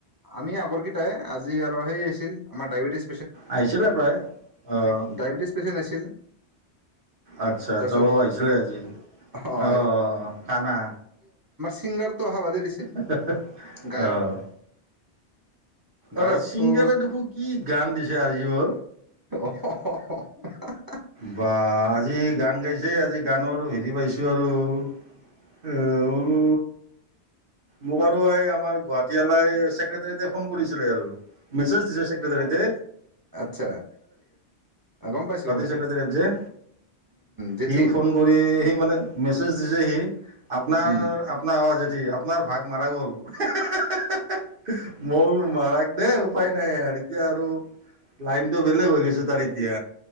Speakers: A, on the right; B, on the right.
A: আমি আগৰকেইটাই। আজি আৰু সেই আছিল। আমাৰ ডায়াবেটিস
B: আহিছিলে প্ৰায় অ'হ
A: ডায়েবেটিছ পেচেণ্ট আহিছিল
B: আচ্ছা!
A: তাৰপিছত
B: চব আহিছিলে আজি,
A: অ
B: অ'হ কানা।
A: সিংগাৰটো অহা বাদে দিছে
B: <unintelligible>
A: গায়ক
B: অ।
A: গায়কটো
B: অৌৰ চিংগাৰে দেখো কি গান দিছে আজিও।
A: <unintelligible>
B: বা আজি গান গাইছেই আজি। গানৰো হেৰি পাইছোঁ আৰু। <unintelligible> বোলো মোক আৰু ঐ, আমাৰ গুৱাহাটীৱালাই ছেক্ৰেটেৰিএতে ফোন কৰিছিলে আৰু মেচেজ দিছে চেক্ৰেটেৰিএতে।
A: আচ্ছা! গম পাইছোঁ, গম পাইছোঁ।
B: চেক্ৰেটেৰীত যে
A: জেঠি
B: সি ফোন কৰি সি মানে মেচজ দিছে সি। আপোনাৰ,
A: উম
B: আপোনাৰ অ'হ আপোনাৰ ভাগ মাৰা গ'ল। মই বোলোঁ, মাৰাক দেই। উপায় নাই আৰ এতিয়া আৰু, লাইন বেলেগ হৈ গিছে তাৰ এতিয়া।